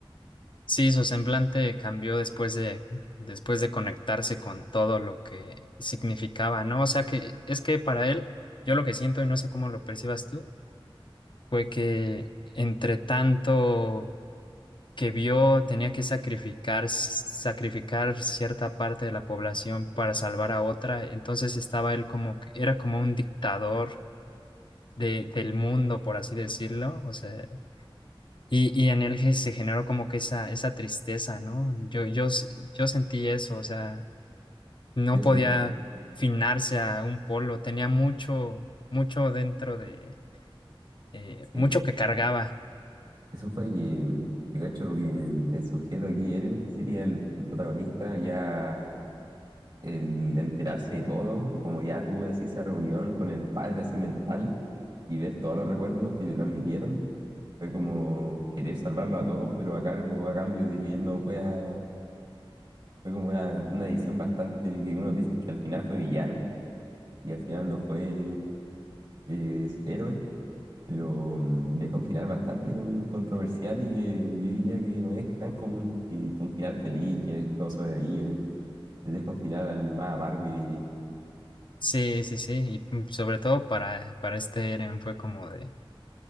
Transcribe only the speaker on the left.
Sí, su semblante cambió después de, después de conectarse con todo lo que significaba, ¿no? O sea que es que para él, yo lo que siento y no sé cómo lo percibas tú fue que entre tanto que vio tenía que sacrificar, sacrificar cierta parte de la población para salvar a otra, entonces estaba él como, que- era como un dictador de, del mundo, por así decirlo, o sea, y, y en él ge- se generó como que esa, esa tristeza, ¿no? Yo, yo, s- yo sentí eso, o sea, no
podía
finarse a un polo, tenía mucho, mucho dentro de, eh,
mucho que cargaba.
Sí, sí, sí, y mm, sobre todo para, para este Eren fue como de...